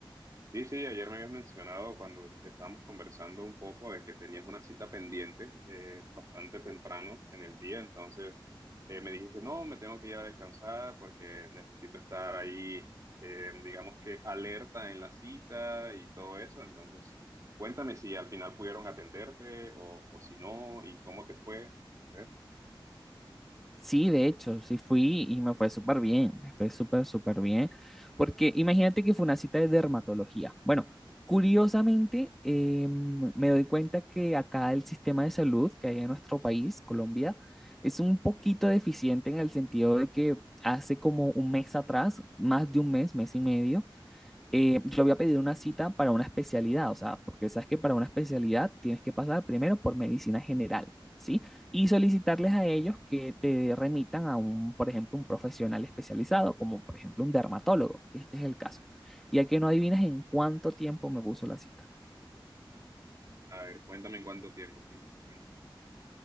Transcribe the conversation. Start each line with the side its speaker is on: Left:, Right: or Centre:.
Right: Sí, sí, ayer me habías mencionado cuando estábamos conversando un poco de que tenías una cita pendiente eh, bastante temprano en el día, entonces eh, me dijiste, no, me tengo que ir a descansar porque necesito estar ahí, eh, digamos que alerta en la cita y todo eso, entonces cuéntame si al final pudieron atenderte o, o si no y cómo te fue. A ver,
Centre: Sí, de hecho, sí fui y me fue súper bien, me fue súper, súper bien, porque imagínate que fue una cita de dermatología. Bueno, curiosamente, eh, me doy cuenta que acá el sistema de salud que hay en nuestro país, Colombia, es un poquito deficiente en el sentido de que hace como un mes atrás, más de un mes, mes y medio, eh, yo había pedido una cita para una especialidad, o sea, porque sabes que para una especialidad tienes que pasar primero por medicina general, ¿sí? Y solicitarles a ellos que te remitan a un, por ejemplo, un profesional especializado, como por ejemplo un dermatólogo, que este es el caso. Ya que no adivinas en cuánto tiempo me puso la cita.
Right: a ver, cuéntame en cuánto tiempo, cuéntame, cuéntame.